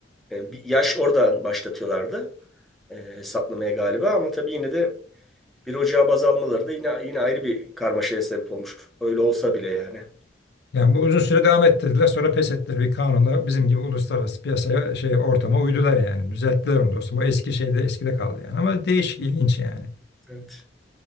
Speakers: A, in the centre; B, on the left.
A: E, bir yaş oradan başlatıyorlardı e, hesaplamaya galiba ama tabii yine de bir Ocağı baz almaları da yine yine ayrı bir karmaşaya sebep olmuştu. Öyle olsa bile yani.
B: Yani bu uzun süre devam ettirdiler. Sonra pes ettiler bir kanunla bizim gibi uluslararası piyasaya şey ortama uydular yani. Düzelttiler onu dostum. O eski şeyde eskide kaldı yani. Ama değişik ilginç yani.
A: Evet.